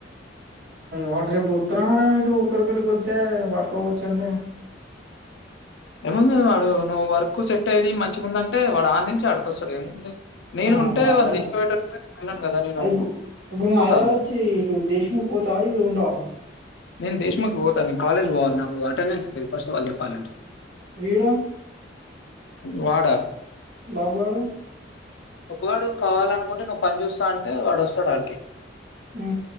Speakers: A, on the right; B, on the left.
A: వాడు రేపు ఓత్తడన్నడు కదా ఇటు ఊప్పరా పెళ్ళికి కోత్తే పట్కోవచ్చు అంటే
B: ఏముంది వాడు నువ్వు వర్క్ సెట్ అయింది మంచిగా ఉందంటే వాడు ఆడి నుంచి ఆడికొస్తాడు ఏముంది. నేను
A: ఆ
B: ఉంటే
A: మరట్టనే
B: వాడిని తీసుకుపోయేటోడిని అన్నాను గదా! నేను
A: ఆ ఇప్పుడు ఇప్పుడు నువ్వు
B: పోతా.
A: హైదరాబాద్ అచ్చి ఇటు దేశముఖ్ పోతావా ఇడ ఉంటవా.
B: నేను దేశముఖ్ పోతా నేను కాలేజ్ పోవాలి. నాకు అటెండెన్స్ లేదు ఫస్ట్ ఆఫ్ ఆల్ చెప్పాలంటె.
A: వీడు
B: వాడా
A: బాబు గాడు
B: బబ్బుగాడు కావాలనుకుంటే నువ్వు పని చూస్తా అంటే వాడు వస్తడు ఆడికి.
A: ఉ